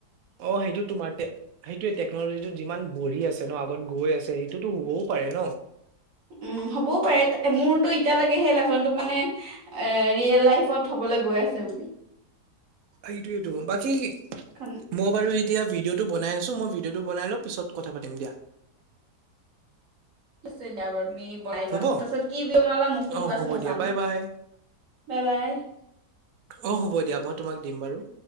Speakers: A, on the right; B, on the right.
A: অ' সেইটো তোমাৰ সেইটোয়ে টেকনলজিটো যিমান বঢ়ি আছে ন আগত গৈ আছে। এইটোতো হবও পাৰে ন।
B: উম হ'বও মোৰতো এতিয়ালেকে সেই লেচনটো মানে ৰিয়েল লাইফত হবলে গৈ আছে বুলি।
A: এইটো এইটো বাকী
B: কাৰণ
A: মই বাৰু এতিয়া ভিডিঅ'তটো বনাই আছো মই ভিডিঅ' বনাইলওঁ পিছত কথা পাতিম দিয়া।
B: দিয়া বাৰু তুমি বনাই
A: হ'ব
B: লোৱা তাৰপিছত কি ভিদিও বনালা মোকো
A: অ
B: দিবাচোন
A: হ'ব
B: মইও
A: দিয়া
B: চাম
A: বাই বাই
B: বাই বাই।
A: অ হ'ব দিয়া মই তোমাক দিম বাৰু